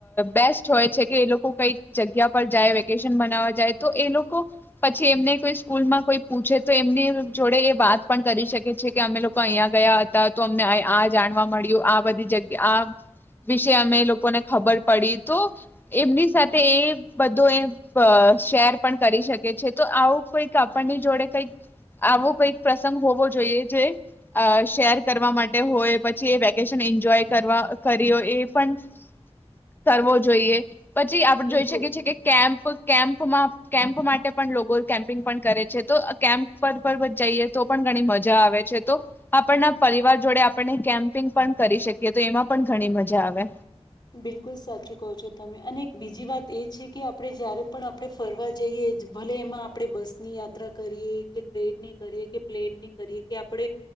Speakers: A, on the left; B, on the left.
A: બેસ્ટ હોય છે કે એ લોકો કંઈક જગ્યા પર જાય વેકેશન મનાવવા જાય. તો એ લોકો પછી એમને કોઈ સ્કૂલમાં કોઈ પૂછે તો એમની જોડે એ વાત પણ કરી શકે છે કે અમે લોકો અઈયા ગયા હતા, તો અમને આય આ જાણવા મળ્યું આ બધી જગ્યા આ વિશે અમે એ લોકોને ખબર પડી તો એમની સાથે એ બધું એ પ શેર પણ કરી શકે છે, તો આવું કઈક આપણની જોડે કઈક આવું કઈક પ્રસંગ હોવો જોઈએ જે અ શેર કરવા માટે હોય પછી એ વેકેશન એન્જોય કરવા કરી હો એ પણ કરવો જોઈએ, પછી આપણે
B: બિલકુલ
A: જોઈ શકીએ છીએ કે કેમ્પ કેમ્પ મ્પ માં કેમ્પ માટે પણ લોકો કેમ્પિંગ પણ કરે છે તો કેમ્પ પર પર જઈએ તો પણ ઘણી મજા આવે છે તો આપણના પરિવાર જોડે આપણને કેમ્પિંગ પણ કરી શકીએ તો એમાં પણ ઘણી મજા આવે.
B: બિલકુલ સાચું કહો છો તમે અને બીજી વાત એ છે કે આપણે જયારે પણ આપણે ફરવા જઈએ ભલે એમાં આપણે બસની યાત્રા કરીએ કે ટ્રેનની કરીએ કે પ્લેનની કરીએ કે આપણે,